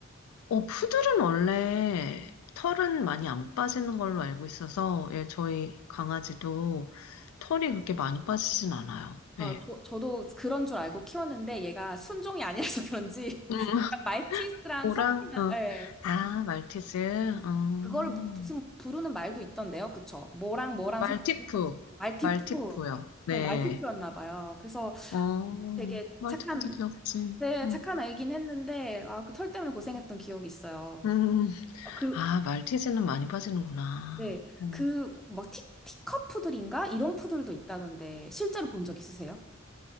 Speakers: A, on the left; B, in the centre.
A: 어 푸들은 원래 털은 많이 안 빠지는 걸로 알고 있어서 예 저희 강아지도 털이 그렇게 많이 빠지진 않아요.
B: 어,
A: 예.
B: 저, 저도 그런 줄 알고 키웠는데 얘가 순종이 아니라서 그런지
A: 음.
B: <laughs> 말티즈랑
A: 오랑,
B: 섞이면
A: 어.
B: 예.
A: 아, 말티즈. 어.
B: 그거를 무- 무슨 부르는 말도 있던데요. 그쵸? 뭐랑 뭐랑
A: 말티푸.
B: 섞이면 말티푸.
A: 말티푸요.
B: 그럼
A: 네.
B: 말티푸였나 봐요. 그래서
A: 어,
B: 되게
A: 말티푸도
B: 착한,
A: 귀엽지.
B: 네,
A: 응.
B: 착한 아이긴 했는데, 아, 그 털 때문에 고생했던 기억이 있어요.
A: 음.
B: 아, 그,
A: 아, 말티즈는 많이 빠지는구나.
B: 네,
A: 어,
B: 그, 막 티, 티컵 푸들인가? 이런 푸들도 있다던데, 실제로 본 적 있으세요?